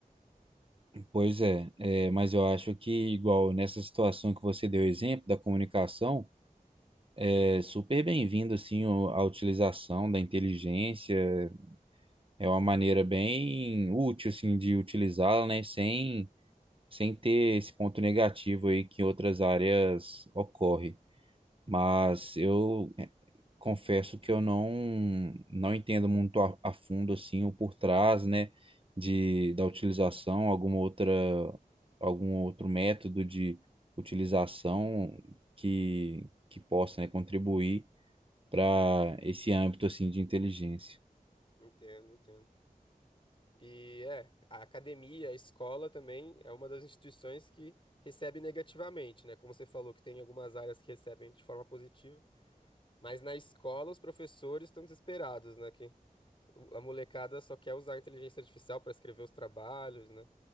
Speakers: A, on the right (about 35°); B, on the left (about 35°).
A: Pois é, é, mas eu acho que, igual nessa situação que você deu exemplo da comunicação. É super bem-vindo assim o- a utilização da inteligência. É uma maneira bem útil assim de utilizá-la, né, sem sem ter esse ponto negativo aí que em outras áreas ocorre. Mas eu eh, confesso que eu não não entendo muito a, a fundo assim o por trás, né, de da utilização, alguma outra algum outro método de utilização que que possa, né, contribuir para esse âmbito assim de inteligência.
B: Entendo, entendo. E é, a academia, a escola também é uma das instituições que recebe negativamente, né? Como você falou, que tem algumas áreas que recebem de forma positiva, mas na escola os professores estão desesperados, né? Que o- a molecada só quer usar a inteligência artificial para escrever os trabalhos, né?